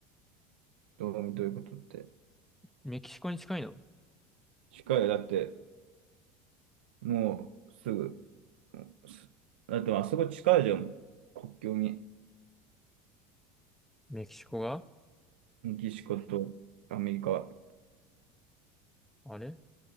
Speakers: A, on the right (about 80°); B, in the centre.
A: どう、どういうことって。
B: メキシコに近いの
A: 近いよ。だって、もうすぐ、すだってまあそこ近いじゃん。国境に。
B: メキシコが
A: メキシコとアメリカ。
B: あれ